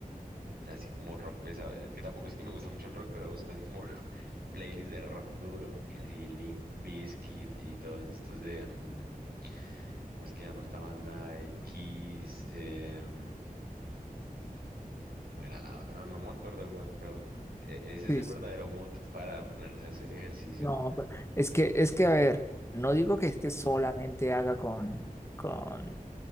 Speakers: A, on the right; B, on the left.
A: así como rock pesado. Es que tampoco es que me gusta mucho el rock, pero busco así como <laughs> playlist de rock duro y así Limp Bizkit y todos estos de, mm, ¿cómo es que llama esta banda? Eh, Kiss, em, ¿Cómo era la otra? No me acuerdo, weón, pero e- ese es
B: Sí,
A: el verdadero
B: sí, sí.
A: mood para ponerse a hacer ejercicio.
B: No, pe- es que, es que, a ver, no digo que es que solamente haga con, con,